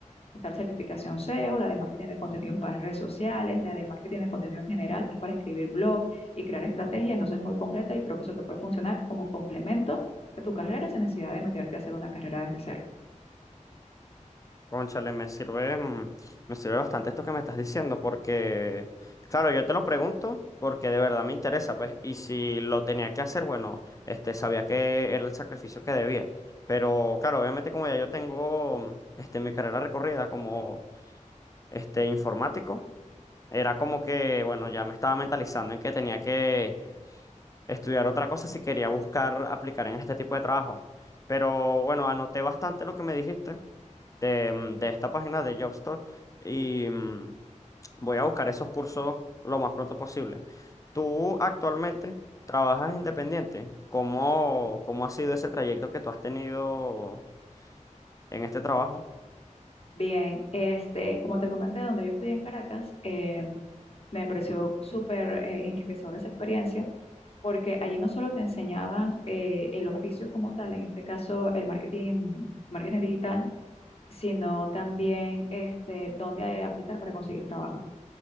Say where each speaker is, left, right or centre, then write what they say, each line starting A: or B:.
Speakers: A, on the left (about 50°); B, on the left (about 25°).
A: Está la certificación SEO, la de marketing de contenidos para redes sociales, la de marketing de contenido en general, que es para escribir blog y crear estrategia. Entonces es muy completa y creo que eso te puede funcionar como complemento de tu carrera sin necesidad de meterte a hacer una carrera desde cero.
B: Cónchale, me sirve, mm, me sirve bastante esto que me estás diciendo, porque, claro, yo te lo pregunto porque de verdad me interesa, pues, y si lo tenía que hacer, bueno, este, sabía que era el sacrificio que debía. Pero, claro, obviamente como ya yo tengo, mm, este, mi carrera recorrida como, este, informático, era como que, bueno, ya me estaba mentalizando en que tenía que estudiar otra cosa si quería buscar aplicar en este tipo de trabajo. Pero, bueno, anoté bastante lo que me dijiste. de, mm, de esta página de Jobstore y mm, voy a buscar esos cursos lo más pronto posible. Tú actualmente trabajas independiente. ¿Cómo, cómo ha sido ese trayecto que tú has tenido en este trabajo?
A: Bien, este, como te comenté, donde yo estudié en Caracas, eh, me pareció súper eh, enriquecedora esa experiencia, porque allí no solo te enseñaban eh, el oficio como tal, en este caso el marketing, marketing digital, sino también este, dónde aplicar para conseguir trabajo,